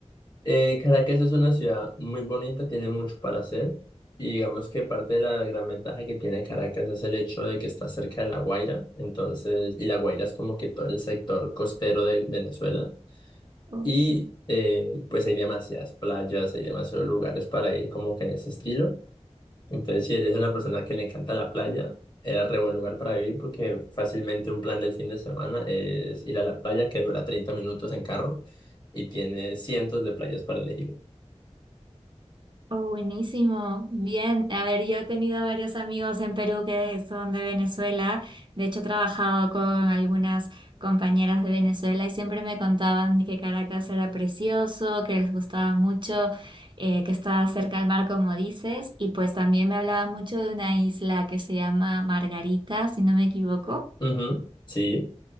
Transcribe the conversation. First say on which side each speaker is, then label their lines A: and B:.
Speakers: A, on the left (about 40°); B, on the right (about 45°).
A: Eh, Caracas es una ciudad muy bonita, tiene mucho para hacer. Y digamos que parte de la gran ventaja que tiene Caracas es el hecho de que está cerca de La Guaira. Entonces, y La Guaira es como que todo el sector costero de Venezuela.
B: Oh.
A: Y eh, pues hay demasiadas playas, hay demasiados lugares para ir como que en ese estilo. Entonces, si eres una persona que le encanta la playa, es re buen lugar para vivir porque fácilmente un plan del fin de semana es ir a la playa que dura 30 minutos en carro y tiene cientos de playas para elegir.
B: Oh, buenísimo. Bien. A ver, yo he tenido varios amigos en Perú que son de Venezuela. De hecho, he trabajado con algunas compañeras de Venezuela y siempre me contaban que Caracas era precioso, que les gustaba mucho, eh, que estaba cerca al mar, como dices. Y pues también me hablaban mucho de una isla que se llama Margarita, si no me equivoco.
A: Ujú, Sí.